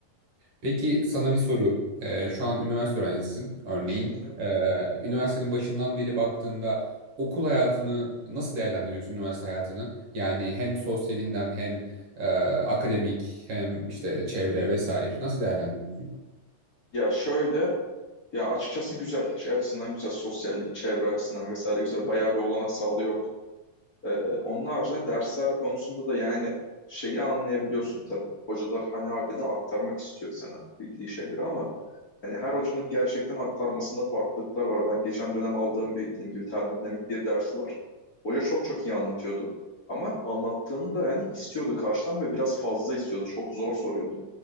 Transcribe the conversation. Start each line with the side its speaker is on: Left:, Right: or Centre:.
Right: Peki sana bir soru. Ee, şu an üniversite öğrencisisin örneğin.
Left: Hı hı.
Right: Ee, üniversitenin başından beri baktığında okul hayatını nasıl değerlendiriyorsun üniversite hayatını? Yani hem sosyalinden hem e, akademik hem işte çevre vesaire nasıl değerlendiriyorsun?
Left: Ya şöyle, ya açıkçası güzel. Şey açısından güzel, sosyallik, çevre açısından vesaire güzel. Bayağı bir olanak sağlıyor Ee, onun haricinde dersler konusunda da yani şeyi anlayabiliyorsun tabii. Hocalar hani harbiden aktarmak istiyor sana bildiği şeyleri ama hani her hocanın gerçekten aktarmasında farklılıklar var. Ben geçen dönem aldığım bir dediğim gibi termodinamik bir dersi var. Hoca çok çok iyi anlatıyordu. Ama anlattığını da yani istiyordu karşıdan ve biraz fazla istiyordu. Çok zor soruyordu.